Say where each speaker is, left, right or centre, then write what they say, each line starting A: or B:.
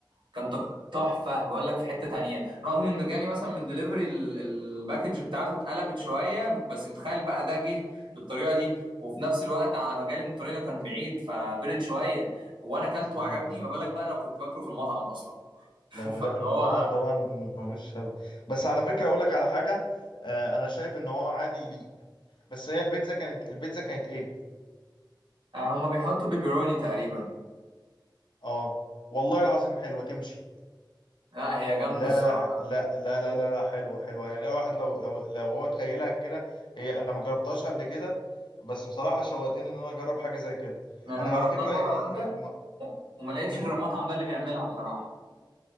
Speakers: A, on the right; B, on the left.
A: كان ت- تحفه بقول لك في حته تانية رغم انه جالي مثلا من دليفري الباكج بتاعته اتقلبت شويه بس متخيل بقى ده جه بالطريقه دي وفي نفس الوقت على ما جالي من الطريق كان بعيد فبرد شويه وانا اكلته
B: مم.
A: وعجبني ما بالك بقى انا كنت باكله في المطعم اصلا <laughs>
B: لو بتاكله
A: فاللي هو
B: في المطعم طبعا مش هب- بس على فكره اقول لك على حاجه آه انا شايف ان هو عادي ليه بس هي البيتزا كانت البيتزا كانت ايه
A: آه، هم بيحطوا بيبروني تقريبا
B: اه والله العظيم حلوه تمشي
A: لا هي جامده
B: لا
A: الصراحه
B: لا لا ح- لا لا لا لا لا حلوة حلوة يعني الواحد لو لو لو هو تخيلها كده هي انا ما جربتهاش قبل كده بس بصراحة شوقتني ان انا اجرب حاجة زي كده
A: يعني
B: انا
A: انا جربتها
B: على فكرة
A: مره
B: يعني
A: واحده
B: آه، ما
A: وما لقيتش
B: مم.
A: غير المطعم ده اللي بيعملها بصراحه